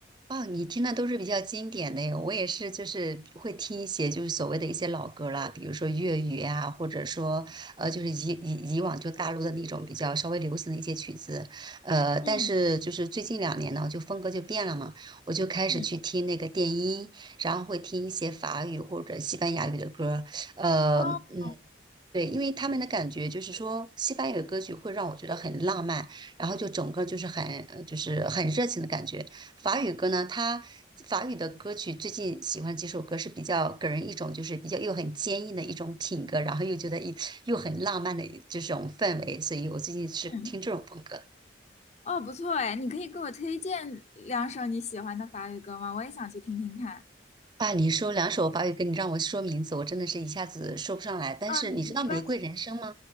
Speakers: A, on the right; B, on the left.
A: 哦，你听的都是比较经典的耶，我也是，就是会听一些就是所谓的一些老歌啦，比如说粤语啊，或者说呃，就是以以以往就大陆的那种比较稍微流行的一些曲子，呃，但是就是最近两年呢，
B: 嗯
A: 就风格就变了嘛，我就开始去听那个电音，
B: 嗯
A: 然后会听一些法语或者西班牙语的歌，呃，
B: 哦，
A: 嗯。对，因为他们的感觉就是说，西班牙语歌曲会让我觉得很浪漫，然后就整个就是很呃就是很热情的感觉。法语歌呢，它法语的歌曲最近喜欢几首歌是比较给人一种就是比较又很坚硬的一种品格，然后又觉得一又很浪漫的这种氛围，所以我最近是听这种风格。
B: 嗯，哦，不错哎，你可以给我推荐两首你喜欢的法语歌吗？我也想去听听看。
A: 啊，你说两首法语歌，你让我说名字，我真的是一下子说不上来。但是你知道《玫瑰人生》吗？
B: 嗯，没关系。